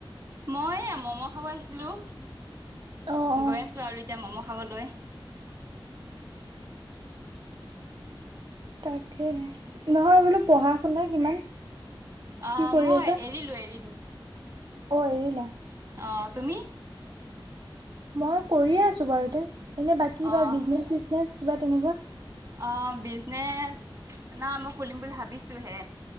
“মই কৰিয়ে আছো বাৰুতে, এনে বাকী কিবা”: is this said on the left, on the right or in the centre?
Right